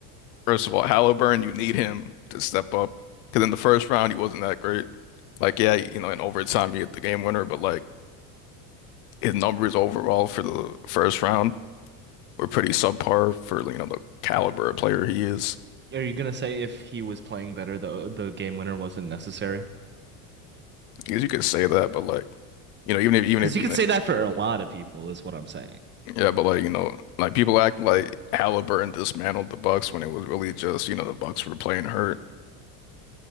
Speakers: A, on the left; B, on the right.
A: first of all, Halliburton, you need him to step up because in the first round he wasn't that great. Like, yeah, you know, in overtime you get the game winner, but like his numbers overall for the first round were pretty subpar for you know the caliber of player he is.
B: Are you gonna say if he was playing better, the the game winner wasn't necessary?
A: Because you could say that, but like, you know, even if even
B: Because
A: if
B: you
A: you
B: could
A: know,
B: say that for a lot of people, is what I'm saying.
A: yeah, but like, you know, like people act like Halliburton dismantled the Bucks when it was really just, you know, the Bucks were playing hurt.